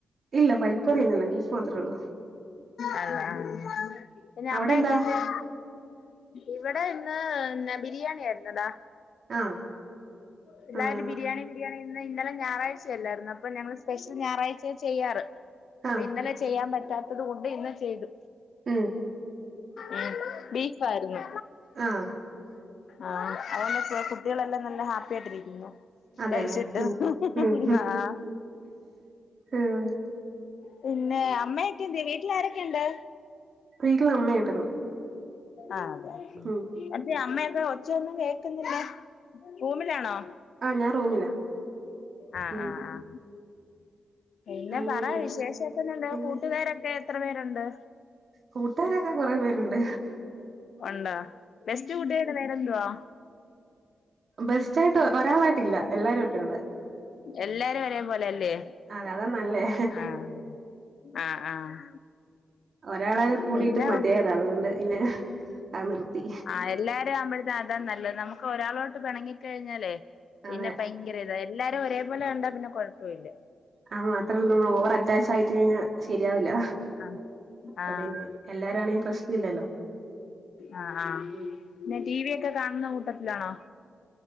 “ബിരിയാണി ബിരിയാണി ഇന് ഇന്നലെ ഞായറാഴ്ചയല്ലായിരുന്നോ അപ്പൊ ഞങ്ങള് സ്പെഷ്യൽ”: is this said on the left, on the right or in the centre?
Left